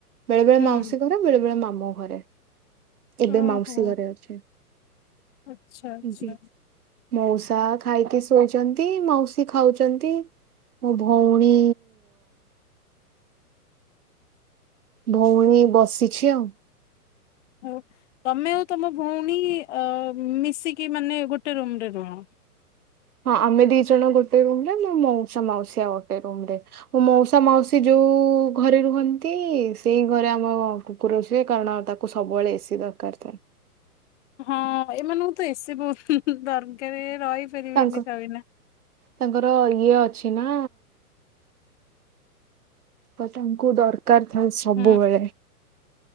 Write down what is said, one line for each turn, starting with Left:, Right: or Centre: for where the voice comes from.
Right: ବେଳେ ବେଳେ
Left: ହୁଁ
Right: ମାଉସୀ ଘରେ ବେଳେ ବଳେ ମାମୁଁ ଘରେ ଏବେ
Left: ଓହୋ
Right: ମାଉସୀ ଘରେ ଅଛେ
Left: ଆଚ୍ଛା ଆଚ୍ଛା
Right: ତି ମାଉସୀ ଖାଇକି ଶୋଇଛନ୍ତି। ମାଉସୀ ଖାଉଛନ୍ତି ମୋ ଭଉଣୀ ଭଉଣୀ ବସିଛି ଆଉ।
Left: ହଉ ତମେ ଆଉ ତମ ଭଉଣୀ ମିଶିକି ମାନେ ଗୋଟେ ରୁମରେ ରୁହ।
Right: ହଁ ଆମେ ଦି ଜଣ ଗୋଟେ ରୁମରେ ମୋ ମାଉସା ମାଉସୀଆ ଗୋଟେ ରୁମରେ ମାଉସା ମାଉସୀ ଯୋଉ ଘରେ ରୁହନ୍ତି ସେଇ ଘରେ ଆମ କୁକୁର ସୁଏ କାରଣ ତାକୁ ସବୁବେଳେ ଏ ସି ଦରକାର ଥାଏ।
Left: ହଁ ଏମାନଙ୍କୁ ତ ଏ ସି ବହୁତ ଦରକାରେ। ରହି ଫାରିବେନି
Right: ତାଙ୍କ
Left: ତା ବିନା।
Right: ତାଙ୍କର ଇଏ ଅଛି ନା ପସନ କୁଦର୍ କାରଥାନ୍ ସବୁବେଳେ
Left: ହୁଁ